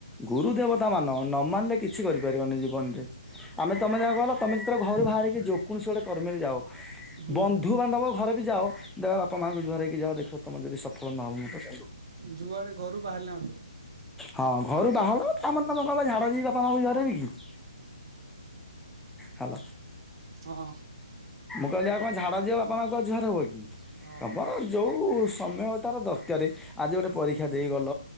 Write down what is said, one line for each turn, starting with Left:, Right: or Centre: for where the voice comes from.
Centre: ଗୁରୁ ଦେବତା ମାନ ନ ମାନିଲେ କିଛି କରିପାରିବନି ଜୀବନରେ। ଆମେ ତମେ ଯାହା ଗଲ ତମେ ଯେତେବେଳେ ଘରୁ ବାହାରିକି ଯୋ କୌଣସି ଗୋଟେ କର୍ମେରେ ଯାଅ
Right: ହୁଁ
Centre: ବନ୍ଧୁ ବାନ୍ଧବ ଘରେ ବି ଯାଅ ଦେଖିବ ବାପା ମାଆଙ୍କୁଜୁହାର ହେଇକି ଯାଅ ଦେଖିବ ତମେ ଯଦି ସଫଳ ନ ହବ ମତେକହିବ।
Right: ଯୁଆଡେ ଘରୁ ବାହାରିଲେ ମା
Centre: ହଁ ଘରୁ ବାହାରଲ ତା ମାନେ ତମ କ ବା ଝାଡା ଯିବି ବାପା ମାକୁ ଜୁହାର ହେବି କି। ହାଲୋ।
Right: ହଁ।
Centre: କହିଲା କଣ ଝାଡ଼ା ଯିବ ବାପ ମା ଙ୍କୁ ଆଉ ଝୁଆର ହେବ କି
Right: ହଁ
Centre: ତମର ଯେଉଁ-ଉ-ଉ ସମୟଟାର ଦରକାରରେ ଆଜି ଗୋଟେ ପରୀକ୍ଷା ଦେଇ ଗଲ